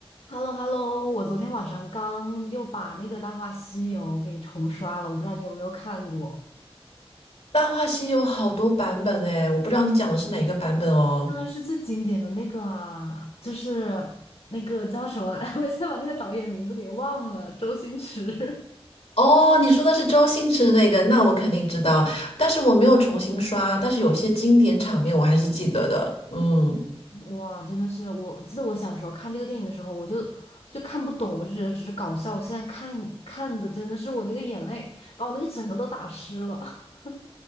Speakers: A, on the left (about 70°); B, on the left (about 90°).
A: h e l l o h e l l o 我昨天晚上刚又把那个《大话西游》给重刷了，我不知道你有没有看过，
B: 《大话西游》好多版本哎，我不知道你讲的是哪个版本哦。
A: 当然是最经典的那个啊，就是那个叫什么来，<laughs> 我一下把那个导演名字给忘了，周星驰。
B: 哦，你说的是周星驰的那个，那我肯定知道，但是我没有重新刷，但是有些经典场面我还是记得的。嗯，
A: <laughs> 哇，真的是，我记得我小时候看这个电影的时候，我就就看不懂，我就觉得只是搞笑，我现在看看的真的是我那个眼泪把我那个枕头都打湿了。<laughs>